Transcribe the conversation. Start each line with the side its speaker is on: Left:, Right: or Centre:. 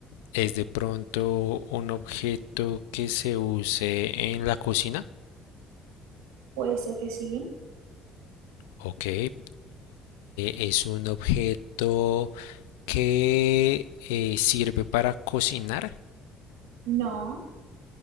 Left: ¿es de pronto un objeto que se use en la cocina?
Right: puede ser que sí.
Left: Ok, eh, ¿es un objeto... que eh, sirve para cocinar.
Right: No,